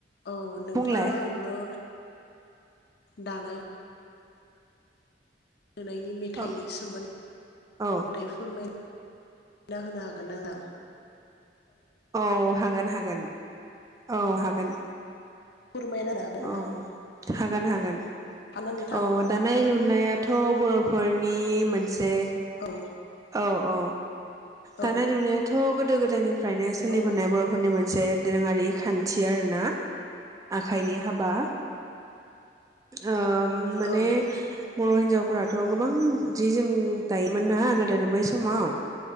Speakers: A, on the left; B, on the right.
A: औ नोंथाङा
B: बुंलाय
A: आंनो दानाय लुनायनि मेथाइनि
B: अ
A: सोमोन्दैै
B: औ
A: फोरमाय मिना होनो हागोन नांदां
B: औ हागोन हागोन औ हागोन
A: फोरमायनो हागोन
B: औ
A: नोंथां
B: हागोन हागोन।
A: हागोन ना नोंथां
B: अ दानाय लुनायाथ' बर'फोरनि मोनसे
A: <inaudible>
B: औ औ
A: औ
B: दानाय लुनायाथ' गोदो गोदायनि फ्रायसोलिबोनाय
A: औ
B: बर'फोरनि मोनस से दोरोङारि खान्थि आरो ना आखाइनि हाबा। ओ माने
A: औ
B: बर' हिनजाव फोरथ' गोबां जि जोम दायोमोन ना। गोदोनो बै समाव।